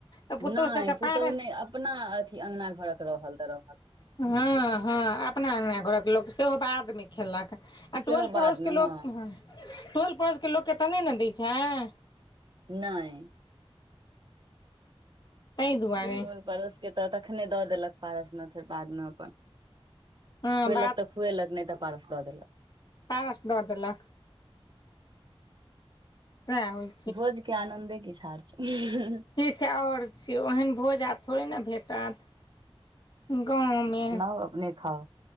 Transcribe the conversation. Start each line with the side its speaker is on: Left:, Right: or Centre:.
Left: तऽ पुतहु
Right: नय
Left: सभके
Right: पुतोहु
Left: पारस
Right: नय अपना अथी अंगना घरक रहल तऽ रहल
Left: हँ हँ अपना अंगना घरक लोक सेहो बाद मे खेलक आ
Right: सेहो
Left: टोल पड़ोसके
Right: बादमे
Left: लोक
Right: हँ
Left: टोल पड़ोसके लोकके तऽ नै ने दै छाय
Right: नय
Left: ताहि दुआरे
Right: टोल पड़ोस के तऽ तखने दऽ देलक पारस मे फेर बादमे अपन
Left: हँ
Right: खुएलक तऽ खुएलक नै तऽ पारस दऽ देलक,
Left: पास द देलक सएह होय
Right: भोज के आनन्दे किछ आर छै,
Left: किछ आओर छै ओहन भोज आब थोड़े ने भेटत। गाँवमे
Right: ओ नै खाव